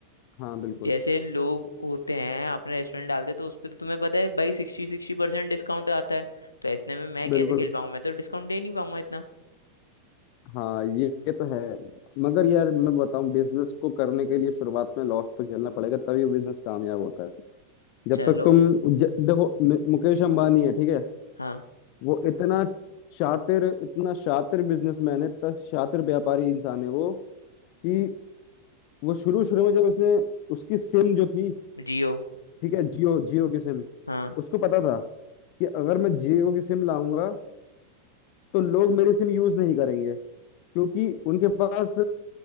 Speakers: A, on the left (about 45°); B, on the left (about 80°).
A: हाँ बिल्कुल
B: जैसे लोग होते हैं अपना रेस्टोरेंट डालते तो उस पर तो तुम्हें पता है भाई सिक्सटी सिक्सटी परसेंट डिस्काउंट आता है तो इतने में मैं कैसे
A: बिल्कुल
B: खेल पाऊंगा मैं तो डिस्काउंट दे नहीं पाऊंगा इतना
A: हाँ ये ये तो है मगर यार मैं बताऊं बिजनेस को करने के लिए शुरुआत में लॉस तो झेलना पड़ेगा तभी वो बिजनेस कामयाब होता है जब
B: चलो
A: तक तुम ज, देखो मु- मुकेश अंबानी है ठीक है
B: हाँ
A: वो इतना शातिर इतना शातिर बिजनेसमैन है इतना शातिर व्यापारी इंसान है वो कि वो शुरू शुरू में जब उसने उसकी सिम जो थी
B: जियो
A: ठीक है जियो जियो की सिम
B: हाँ
A: उसको पता था कि अगर मैं जियो की सिम लाऊंगा तो लोग मेरी सिम यूज नहीं करेंगे क्योंकि उनके पास